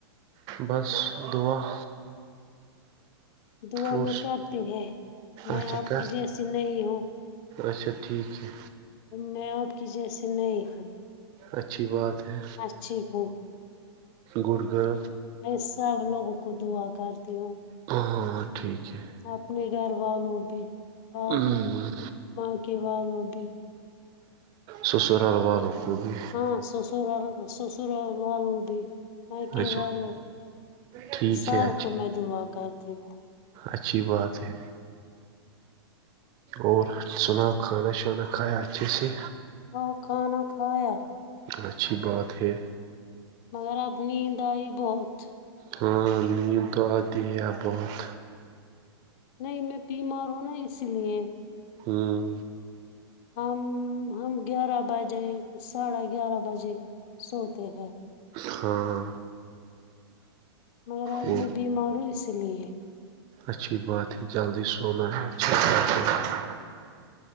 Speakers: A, on the right (about 30°); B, on the left (about 35°).
A: بس دعا
B: دعا
A: اور
B: میں کاٹتی ہے میں
A: اچھا
B: آپ
A: کر
B: کی جیسی نہیں ہوں
A: اچھا ٹھیک ہے
B: میں اپ کی جیسے نہیں ہے
A: اچھی بات ہے
B: جییک
A: گڑگر
B: میں سب لوگوں کو دعا کرتی ہوں
A: ہاں ٹھیک ہے
B: اپنے گھر والو بھی
A: ہے
B: آپ پارکے والو بھی
A: سسرال والوں کو بھی
B: ہاں سوسور سصور لالو بھی مائیک
A: اچھا
B: وال
A: ٹھیک
B: سب
A: ہے اچھی
B: کو میں دعا کرتی ہوں
A: اچھی بات ہے اور سناؤ کھانا شانا کھایا اچھے سے
B: اور کھانا کھایا
A: اور اچھی بات ہے
B: مگر اپبنی د آئی بہت
A: ہاں نیند تو آتی ہے ا بہت
B: نہیں میں بیمار ہوں نا اسی لیے
A: ہوں
B: ہم ہم گیارہ بجے ساڑھے گیارہ بجے سوتے ہیں
A: ہاں
B: مگر آج
A: وہ
B: میں بیمار ہوں اس لیے
A: اچھی بات ہے جلدی سونا ہے اچھی بات ہے